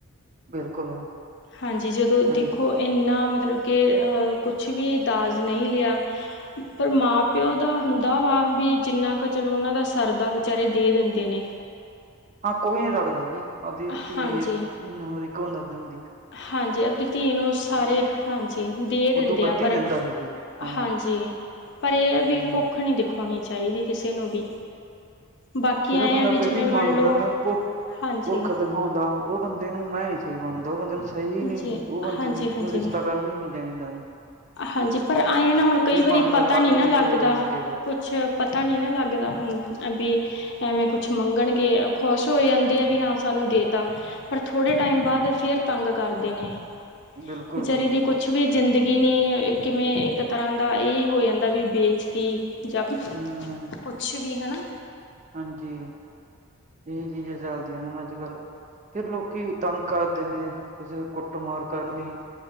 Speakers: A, on the right; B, on the left.
A: ਬਿਲਕੁਲ।
B: ਹਾਂਜੀ ਜਦੋਂ
A: ਹਾਂਜੀ
B: ਦੇਖੋ ਇੰਨਾ ਮਤਲਬ ਕਿ ਕੁਛ ਵੀ ਦਾਜ ਨਹੀਂ ਲਿਆ। ਪਰ ਮਾਂ ਪਿਓ ਦਾ ਹੁੰਦਾ ਵਾ ਵੀ ਜਿੰਨਾ ਕੁ ਚਲੋ ਉਹਨਾਂ ਦਾ ਸਰਦਾ ਵਿਚਾਰੇ ਦੇ ਦਿੰਦੇ ਨੇ।
A: ਹਾਂ ਕੋਈ ਨੀ ਰੱਖਦਾ ਸੀ, ਆਪਦੀ
B: ਹਾਂਜੀ
A: ਧੀ ਨੂੰ ਹਰਕਿ ਬੰਦਾ ਦਿੰਦੇ
B: ਹਾਂਜੀ ਆਪਣੀ ਧੀ ਨੂੰ ਸਾਰੇ ਹਾਂਜੀ ਦੇ ਦਿੰਦੇ
A: ਉਦੋਂ ਵੱਧ
B: ਆ
A: ਹੀ
B: ਪਰ
A: ਦਿੰਦਾ ਹਜੇ ਹਾਂ
B: ਹਾਂਜੀ ਪਰ ਇਹ ਆ
A: ਹੂੰ।
B: ਵੀ ਭੁੱਖ ਨਹੀਂ ਦਿਖਾਉਣੀ ਚਾਹੀਦੀ ਕਿਸੇ ਨੂੰ ਵੀ। ਬਾਕੀ
A: ਜਿਹੜਾ
B: ਐਂ
A: ਬੰਦਾ
B: ਆ ਵੀ
A: ਪਹਿਲੀ
B: ਜਿਵੇਂ ਮੰਨ
A: ਮੰਗਦਾ
B: ਲਓ
A: ਨਾ ਭੁੱਖ
B: ਹਾਂਜੀ
A: ਭੁੱਖਤਮ ਦਿਖਾਉਂਦਾ। ਉਹ ਬੰਦੇ ਨੂੰ ਮੈਂ ਨੀ ਸਹੀ ਬਣਦਾ ਉਹ ਬੰਦੇ ਨੂੰ ਸਹੀ ਨੀ
B: ਜੀ
A: ਉਹ ਬੰਦੇ
B: ਹਾਂਜੀ
A: ਨੂੰ
B: ਹਾਂਜੀ
A: ਰਿਸ਼ਤਾ ਕਰਨ ਹੀ ਨੀ ਚਾਹੀਦਾ ਉਸਨੂੰ।
B: ਹਾਂਜੀ ਪਰ ਆਏ ਨਾ ਹੁਣ ਕਈ ਵਾਰੀ
A: ਮੰਗਦਾ
B: ਪਤਾ
A: ਕੱਲ
B: ਨੀ
A: ਨੂੰ
B: ਨਾ
A: ਕੁਛ
B: ਲੱਗਦਾ
A: ਹੋਰ ਮੰਗੇਗਾ
B: ਕੁਛ ਛ ਪਤਾ ਨਹੀਂ ਨਾ ਲੱਗਦਾ। ਹੁਣ ਵੀ ਐਵੇਂ ਕੁਛ ਮੰਗਣਗੇ ਖੁਸ਼ ਹੋ ਜਾਂਦੇ ਆ ਵੀ ਹਾਂ ਸਾਨੂੰ ਦੇ ਤਾ। ਪਰ ਥੋੜੇ
A: ਹੂੰ
B: ਟਾਈਮ ਬਾਅਦ ਫੇਰ ਤੰਗ ਕਰਦੇ ਨੇ,
A: ਬਿਲਕੁਲ
B: ਵਿਚਾਰੀ
A: ਜੀ ਬਿਲਕੁਲ
B: ਦੀ ਕੁਛ ਵੀ ਜ਼ਿੰਦਗੀ ਨੇ ਕਿਵੇਂ ਇੱਕ ਤਰ੍ਹਾਂ ਦਾ ਇਹ ਹੋ ਜਾਂਦਾ ਵੀ ਵੇਚਤੀ ਜਾਂ
A: ਹਮ।
B: ਕੁਛ ਵੀ ਹਨਾ।
A: ਹਾਂਜੀ। ਇਹੀ ਚੀਜ਼ਾਂ ਚੱਲਦੀਆਂ ਨੇ ਅੱਜ ਕੱਲ੍ਹ। ਫੇਰ ਲੋਕੀ ਤੰਗ ਕਰਦੇ ਨੇ ਕਿਸੇ ਦੇ ਕੁੱਟ ਮਾਰ ਕਰਨੀ।